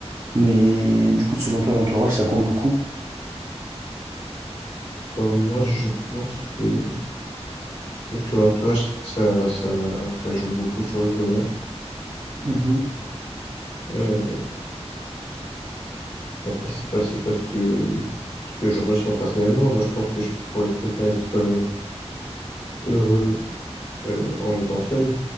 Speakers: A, on the right; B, on the left.
A: Mais du coup, selon toi, l'entourage, ça compte beaucoup?
B: enfin, moi, je pense que, que l'entourage, ça, ça, ça joue beaucoup sur le bonheur.
A: Mhm.
B: Euh, Après, c'est pas, c'est pas ce que, ce que je ressens personnellement. Moi, je pense que je pourrais très bien être euh, heureux euh, en étant seul.